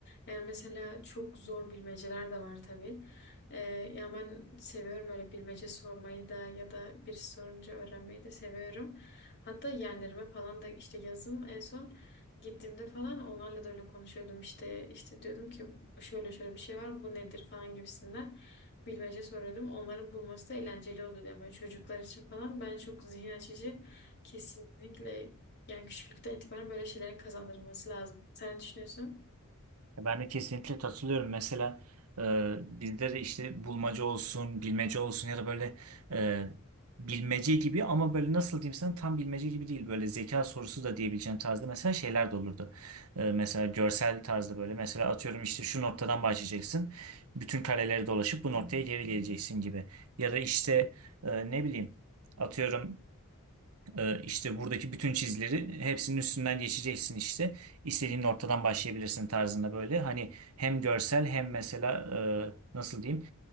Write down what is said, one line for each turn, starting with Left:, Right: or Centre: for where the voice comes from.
Left: Yani mesela çok zor bilmeceler de var tabii. Ee, ya ben seviyorum öyle bilmece sormayı da ya da bir sorunca öğrenmeyi de seviyorum. Hatta yeğenlerime falan da işte yazın en son gittiğimde falan onlarla da öyle konuşuyordum. İşte işte diyordum ki şöyle şöyle bir şey var bu nedir falan gibisinden bilmece soruyordum. Onların bulması da eğlenceli oluyor ama çocuklar için falan ben çok zihin açıcı kesinlikle yani küçüklükten itibaren böyle şeylerin kazandırılması lazım. Sen ne düşünüyorsun?
Right: Ben de kesinlikle katılıyorum. Mesela e, bizde de işte bulmaca olsun, bilmece olsun ya da böyle e, bilmece gibi ama böyle nasıl diyeyim sana tam bilmece gibi değil. Böyle zeka sorusu da diyebileceğim tarzda mesela şeyler de olurdu. E, mesela görsel tarzda böyle. Mesela atıyorum işte şu noktadan başlayacaksın. Bütün kareleri dolaşıp bu noktaya geri geleceksin gibi. Ya da işte e, ne bileyim atıyorum ee, işte buradaki bütün çizileri hepsinin üstünden geçeceksin işte. İstediğin noktadan başlayabilirsin tarzında böyle. Hani hem görsel hem mesela e, nasıl diyeyim